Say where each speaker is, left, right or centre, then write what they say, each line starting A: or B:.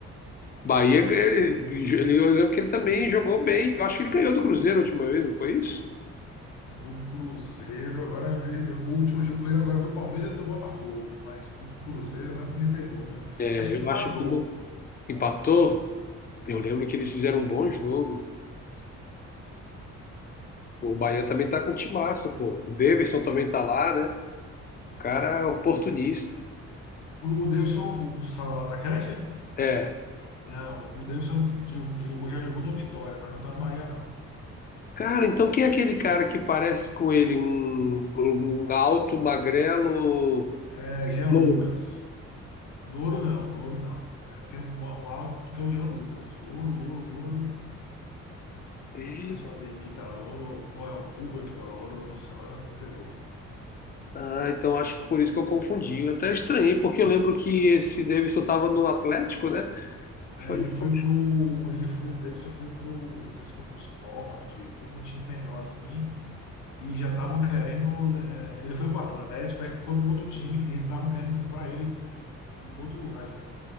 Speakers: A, on the left; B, on the left.
A: Bahia, ele, ele, eu lembro que ele também jogou bem. Eu acho que ele ganhou do Cruzeiro a última vez, não foi isso?
B: do Cruzeiro, agora eu- eu- o último jogo ganhou agora é do Palmeiras e do Botafogo, mas do Cruzeiro agora você me pegou, né?
A: É,
B: Acho que
A: eu
B: empatou,
A: acho que ele empatou. Eu lembro que eles fizeram um bom jogo. O Bahia também tá com
B: mas
A: um timaço,
B: eu não lembro.
A: pô. O Daverson também tá lá, né? O cara é oportunista.
B: O, o Davidson, o, o, fala o atacante?
A: É.
B: Não, o Davidson jo- jogou, já jogou no Vitória, mas não tá no Bahia, não.
A: Cara, então quem é aquele cara que parece com ele? Um, um alto, magrelo,
B: É Jean
A: louro?
B: Lucas. Louro não, Louro não. É, tem um, um alto que é o Jean Lucas. Louro, Louro, Louro.
A: É,
B: Não sei se é o Ademir tá Louro ou ou é o Puga que tá Louro, nossa, agora você me pegou.
A: Ah, então acho que por isso que eu confundi. Eu até estranhei, porque eu lembro que esse Davidson estava no Atlético, né?
B: Aí
A: Eu falei,
B: ele foi
A: poxa,
B: pro. Ele foi, o Davidson foi pro. Não sei se foi pro esporte, foi pra um time menor assim, e já estavam querendo. eh, ele foi pro Atlético, aí foi pro outro time e estavam querendo comprar ele de, de outro lugar já.